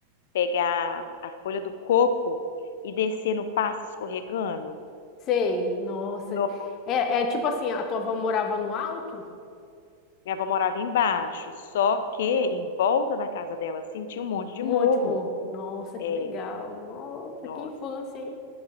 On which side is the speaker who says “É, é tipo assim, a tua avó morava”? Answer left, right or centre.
Left